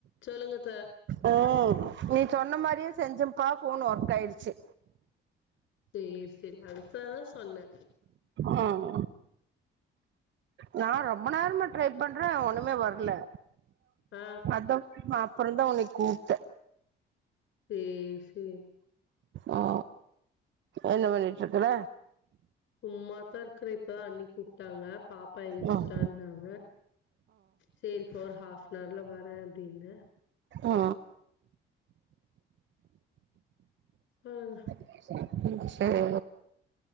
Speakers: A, on the left; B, on the right.
A: சொல்லுங்கத்
B: அ நீட் சொன்ன மாரியே செஞ்சப்பா ஃபோன் ஒர்க் ஆயிருச்சு
A: சேர் செரி அதுக்காக தா சொன்ன
B: ம் நா ரொம்ப நேரமா ட்ரை பண்ற ஒண்ணுமே வர்ல
A: ஆ
B: அத்தா அப்றோ தா உன்னை கூப்ட்ட
A: சேர் சேர்
B: ஓ என்ன பண்ணிட்ருக்குற
A: சும்மாதா இருக்குறே இப்பதா அண்ணி கூப்ட்டாங்க பாப்பா என்ச்சிட்டான்னாங்க
B: ம்
A: சேரிப்ப ஒரு ஹாஃப்னார்ல வர அப்டின்ன
B: ஆ
A: சொல்லுங்க
B: <inaudible> செரி